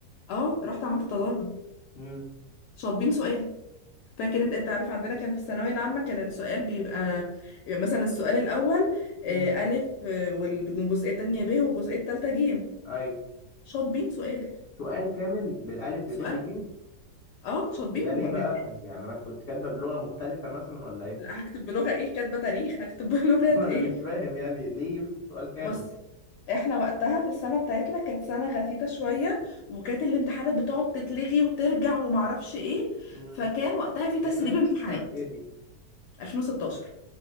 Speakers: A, on the left; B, on the left.
A: اه رحت عملت تظلم
B: امم
A: شاطبين سؤال فاكر انت انت عارف عندنا كان في الثانويه العامه كان السؤال بيبقى يعني مثلا السؤال الاول آه،
B: امم
A: الف آه، والجزئيه التانية ب والجزئيه التالتة ج
B: ايوه
A: شاطبين سؤال
B: سؤال كامل بألف بب
A: سؤال
B: بج
A: اه شاطبين
B: وده
A: وم-
B: ليه
A: متاخد.
B: بقى انت يعني أنا كنت كاتبه بلغة مختلفة مثلا ولا ايه
A: لا هكتب بلغه ايه كاتبه تاريخ هكتب <laughs> بلغه
B: <laughs> ما انا
A: ايه
B: مش فاهم يعني ليه يشطب سؤال كامل
A: بص احنا وقتها في السنه بتاعتنا كانت سنه غثيثه شويه وكانت الامتحانات بتقعد تتلغي وترجع ومعرفش ايه
B: امم
A: فكان وقتها في
B: كانت
A: تسريب
B: سنة
A: امتحانات
B: سنة ايه دي
A: 2016